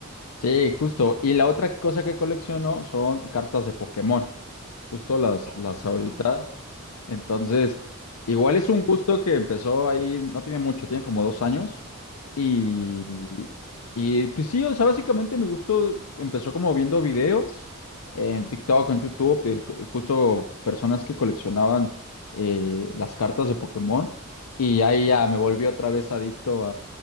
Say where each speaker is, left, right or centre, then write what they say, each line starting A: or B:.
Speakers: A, on the left; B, on the left.
A: Sí, justo. Y la otra cosa que colecciono son cartas de Pokémon. Justo las,
B: Oh,
A: las ahorita.
B: wow.
A: Entonces, igual
B: Ah,
A: es
B: sí.
A: un gusto que empezó ahí, no tiene mucho, tiene como dos años. Y,
B: Ajá.
A: y pues sí, o sea, básicamente mi gusto empezó como viendo videos eh, en TikTok, en
B: Mm,
A: YouTube, eh, ju- justo personas que coleccionaban eh, las cartas de Pokémon. Y ahí
B: mm.
A: ya me volví otra vez adicto